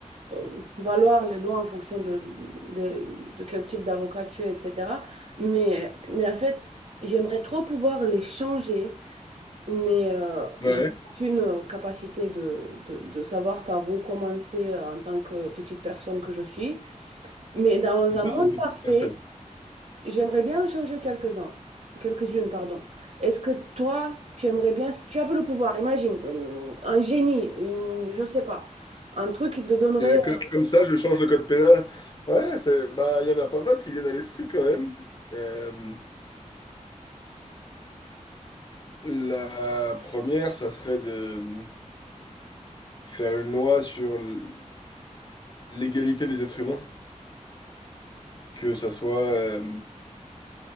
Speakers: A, on the right (about 55°); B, on the left (about 35°).
A: euh, valoir les lois en fonction de, de, de quel type d'avocat tu es, etc. Mais, mais en fait, j'aimerais trop pouvoir les changer mais euh,
B: ouais,
A: j'ai aucune euh, capacité de, de, de savoir par où commencer euh, en tant que petite personne que je suis. Mais dans
B: tu n'es
A: un
B: pas
A: monde
B: une petite
A: parfait,
B: personne.
A: j'aimerais bien en changer quelques-uns, quelques-unes, pardon. Est-ce que toi, tu aimerais bien, si tu avais le pouvoir, imagine, euh, un génie, une, je sais pas, un truc qui te donnerait,
B: Et co- Comme ça, je change le code pénal. Ouais, c'est, bah, il y en a pas mal qui viennent à l'esprit quand même. Euh, la première, ça serait de faire une loi sur l- l'égalité des êtres humains, que ça soit euh,